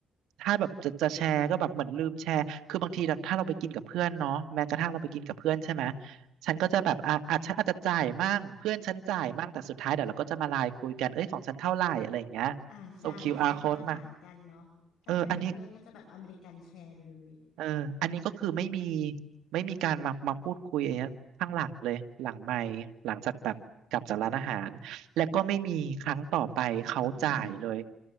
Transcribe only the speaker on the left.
อ่าใช่ใช่ก็จะหารกันเนาะถ้าเป็นกับเพื่อนก็จะแบบอเมริกันแชร์ไปเลย
อุ้ย